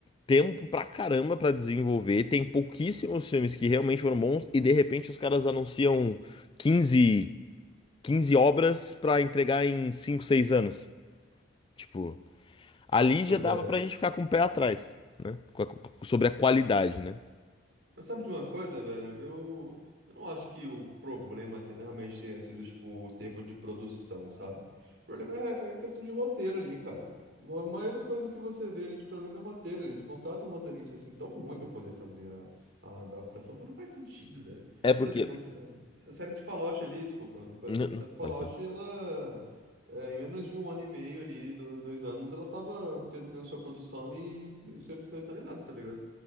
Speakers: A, on the left; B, on the right.
A: tempo pra caramba pra desenvolver, tem pouquíssimos filmes que realmente foram bons e de repente os caras anunciam 15, 15 obras pra entregar em 5 6 anos. Tipo, ali
B: Pois
A: já dava
B: é.
A: pra gente ficar com o pé atrás, né? Com a- com- Sobre a qualidade, né?
B: Mas sabe de uma coisa, velho? Eu, eu não acho que o problema te- realmente tenha sido, tipo, o tempo de produção, sabe? O problema é é questão de roteiro ali, cara. A maioria das coisas que você vê ali de problema é roteiro. Eles contratam um roteirista assim tão ruim pra poder fazer a, a adaptação que não faz sentido, velho.
A: É
B: Por
A: porque...
B: exemplo, a série de Fallout ali, desculpa, por
A: Não,
B: exemplo,
A: não,
B: a série de Fallout,
A: fala, fala, fala.
B: ela. é, em menos de um ano e meio ali, do- dois anos, ela tava tentando sua produção e e ser ser finalizada, tá ligado?